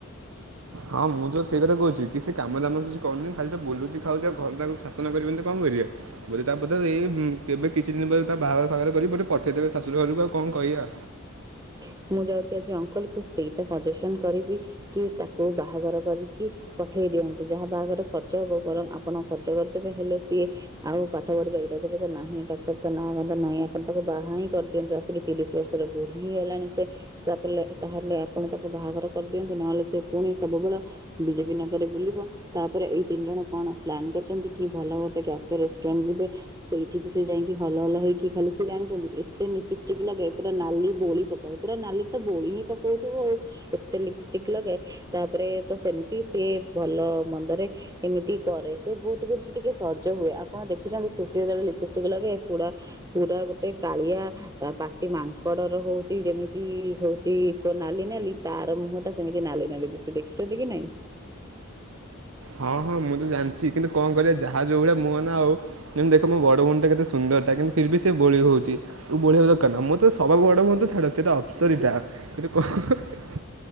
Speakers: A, on the right; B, on the right.
A: ହଁ, ମୁଁ ତ ସେଇ କଥା କହୁଛି। କି ସେ କାମ ଦାମ କିଛି କରୁନି। ଖାଲି ତ ବୁଲୁଚି। ଖାଉଛ। ଘର ତାକୁ ଶାସନ କରିବେନି ତ କଣ କରିଆ ବଧେ! ତାପଦେ ଏ କେବେ କିଛି ଦିନ ପରେ ତା ବାହାଘର ଫାଗଘର କରିକି ବଧେ ପଠେଇଦେବେ ଶାଶୁର ଘରକୁ ଆଉ କଣ କହିବା।
B: <inaudible> ମୁଁ ଯାଉଛି। ଆଜି ଅଙ୍କଲ କୁ ସେଇଟା ସଜେସନ କରିବି। କି ତାକୁ ବାହାଘର କରିକି ପଠେଇ ଠେଇ ଦିଅନ୍ତୁ ଯାହା ବାହାଘରେ ଖର୍ଚ୍ଚ ହବ, ବରଂ ଆପଣ ଖର୍ଚ୍ଚ କରିଦେବେ। ହେଲେ ସିଏ ଆଉ ପାଠ ପଢିବା ଇରାଦରେ ନାହିଁ। ପାଠ ସାଠ ତ ନାଁ ଗନ୍ଧ ନାହିଁ ତାକୁ ବାହା ହିଁ କରିଦିଅନ୍ତୁ। ଆସିକି ତିରିଶ ବର୍ଷର ବୁ ଢି। ହେଲାଣି ସେ ତାପଲେ, ତାହେଲେ ଆପଣ ତାକୁ ବାହାଘର କରିଦିଅନ୍ତୁ। ନହେଲେ ସେ ପୁଣି ସେବୁବେଳ ବିଜେପି ନଗରରେ ବୁଲିବ। ତାପରେ ଏଇ ତିନି ଜଣ କଣ ପ୍ଲାନ୍ କରିଛନ୍ତି? କି ଭଲ ଗୋଟେ କ୍ୟାଫେ ରେଷ୍ଟୁରାଣ୍ଟ ଜ ବେ ସେଇଠି ବି ସେ ଯାଇକି ହଲ ହଲ ହେଇକି ଖାଲି ସେ ଜାଣିଛନ୍ତି, ଏତେ ନିପିଷ୍ଟିକ୍ ନଗେ। ପୁରା ନାଲି ବୋଳି ପକଉ ପୁରା ନାଲି ତ ବୋଳି ହିଁ ପକଉଥିବ। ଆଉ ଏତେ ଲିପଷ୍ଟିକ ଲଗେ, ତାପରେ ତ ସେ ସିଏ ଭଲ ମନ୍ଦରେ ଏମିତି କରେ, ସେ ବହୁତ <unintelligible> ଟିକେ ସଜ ହୁଏ। ଆପଣ ଦେଖିଛନ୍ତି। ଖୁସି ଯେତେବେଳେ ଲିପିଷ୍ଟିକ ଲଗେ। ପୁଡା ପୁରା ଗୋଟେ କାଳିଆ ଆ ପାତି ମାଙ୍କଡ ର ହଉଛି ଯେମିତି-ଇ ହଉଛି କ ନାଲି ନାଲି, ତାର ମୁହଁ ଟା ସେମିତି ନାଲି ନାଲି ଦିସେ ଦେଖିଛନ୍ତି। କି ନାଇଁ?
A: ହଁ ହଁ ମୁଁ ତ ଜାଣିଛି। କିନ୍ତୁ କଣ କରିବା ଯାହା ଯୋଉ ଭଳିଆ ମୁହଁ ନା ଆଉ ଯେମିତି ଦେଖ, ମୋ ବଡ ଭଉଣୀ ଟା କେତେ ସୁନ୍ଦର! ତା କିନ୍ତୁ ଫିର୍ ବି ସେ ବୋଳି ହଉଛି। ବୋଳିହବା ଦରକାର ନା, ମୋ ତ ସବା ବଡ଼ ଭଉଣୀ ତ ଛାଡ଼! ସେ ଅପସରିଟା। ଏତ କ ହ ହ ହ ହ।